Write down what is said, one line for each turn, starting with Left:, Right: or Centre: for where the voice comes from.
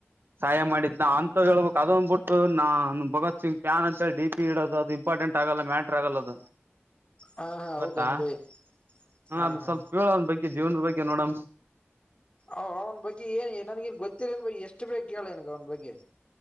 Right: ಸಹಾಯ ಮಾಡಿದ್ನ ಅಂತವ ಹೇಳ್ಬೇಕ್ ಅದನ್ನಬಿಟ್ಟು ನಾನ್ ಭಗತ್ ಸಿಂಗ್ ಫ್ಯಾನ್ ಅಂತ ಡಿಪಿ ಇಡೋದು ಅದ ಇಂಪಾರ್ಟೆಂಟ್ ಆಗಲ್ಲ ಮ್ಯಾಟರ್ ಆಗಲ್ಲ ಅದು.
Left: ಹಾ ಹಾ ಹೌದನ್
Right: ಗೊತ್ತಾ
Left: ಭೈ
Right: ಹ
Left: ಹಾ
Right: ಅದು
Left: ಹಾ
Right: ಸ್ವಲ್ಪ ಹೇಳ್ ಅವ್ನ ಬಗ್ಗೆ ಜೀವನದ ಬಗ್ ನೋಡಮ್.
Left: ಅವ ಅವ್ನ ಬಗ್ಗೆ ಏನ್ ನನ್ಗ ಏನ್ ಗೊತ್ತಿಲ್ಲ ಏನ್ ಭೈ ಎಷ್ಟ ಬೇಕ್ ಹೇಳ ನೀ ಅವನ್ ಬಗ್ಗೆ.